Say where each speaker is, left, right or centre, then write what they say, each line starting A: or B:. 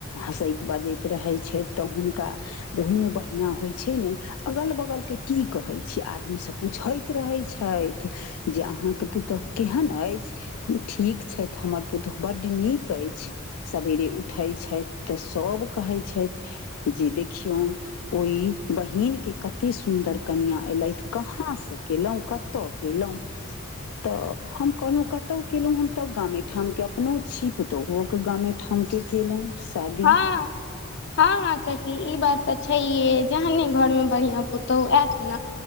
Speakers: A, on the left; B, on the left.
A: हँसैत बजैत रहै छै तऽ हुनका ओहिमे बहि बढ़िया होइ छै ने अगल बगल के की कहै छियै आदमी सब पूछैत रहै छथि जे अहाँके पुतहु केहन अछि ठीक छथि तऽ हमर पुतहु बड्ड नीक अछि सवेरे उठै छथि तऽ सभ कहै छथि जे देखियौ ओहि बहिन के कते सुंदर कनिया एलथि कहां से केलहुं क तऽ केलउ तऽ हम कहलहुँ कतौ केलहु हम तब गामे ठाम के अपनो छि पुतोहुक गामे ठाम के केलहुँ शादी
B: हँ हँ हँ सखी ई बात तऽ छैये जहने घर मे बढ़िया पुतोहु आयत ने